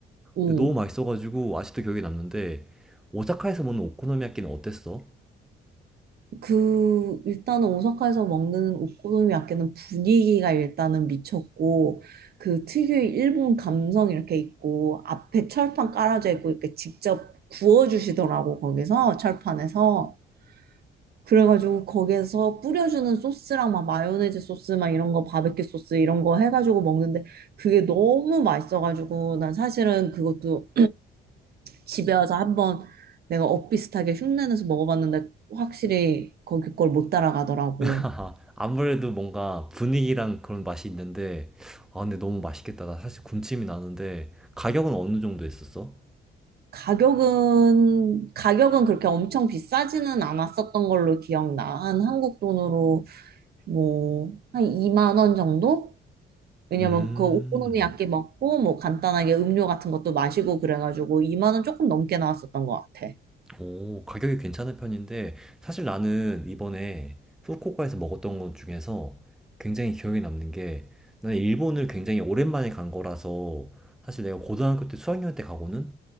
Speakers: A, on the right; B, in the centre.
A: 응.
B: 근데 너무 맛있어가지고 아직도 기억에 남는데 오사카에서 먹는 오코노미야끼는 어땠어?
A: 그 일단은 오사카에서 먹는 오코노미야끼는 분위기가 일단은 미쳤고 그 특유의 일본 감성 이렇게 있고 앞에 철판 깔아져 있고 이렇게 직접 구워주시더라고 거기서 철판에서. 그래가지고 거기에서 뿌려주는 소스랑 막 마요네즈 소스 막 이런 거 바베큐 소스 이런 거 해가지고 먹는데 그게 너무 맛있어가지고 난 사실은 그것도 집에 와서 한번 내가 엇비슷하게 흉내내서 먹어봤는데 확실히 거기 걸 못 따라가더라고.
B: <laughs> 아무래도 뭔가 분위기랑 그런 맛이 있는데 아 근데 너무 맛있겠다. 나 사실 군침이 나는데 가격은 어느 정도 했었어?
A: 가격은 가격은 그렇게 엄청 비싸지는 않았었던 걸로 기억나. 한 한국 돈으로 뭐 한 2만 원 정도? 왜냐면
B: 음.
A: 그 오코노미야끼 먹고 뭐 간단하게 음료 같은 것도 마시고 그래가지고 2만 원 조금 넘게 나왔었던 것 같아.
B: 오, 가격이 괜찮은 편인데, 사실 나는 이번에 후쿠오카에서 먹었던 것 중에서 굉장히 기억에 남는 게, 나는 일본을 굉장히 오랜만에 간 거라서, 사실 내가 고등학교 때 수학여행 때 가고는